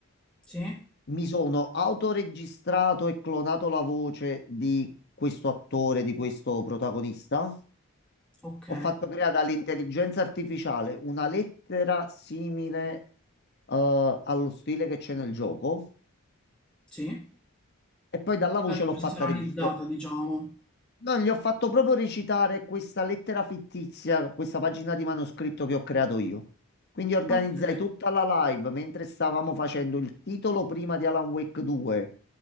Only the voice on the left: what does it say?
mi sono autoregistrato e clonato la voce di questo attore, di questo protagonista.
Ho fatto creare all'intelligenza artificiale una lettera simile eh, allo stile che c'è nel gioco.
E poi dalla voce
l'ho
fatta registrare.
No, gli ho fatto proprio recitare questa lettera fittizia, questa pagina di manoscritto che ho creato io. Quindi organizzai
tutta la live mentre stavamo facendo il titolo prima di Alan Wake 2,